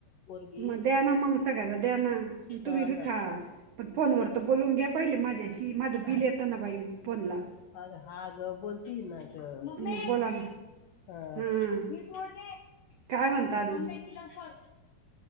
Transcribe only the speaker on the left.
पोरगी
हा
ना
ते
आ-
अगं, हा गं बोलती ना गं, मम्मे.
हा,
हि फोड घे
आंब्याची लवकर.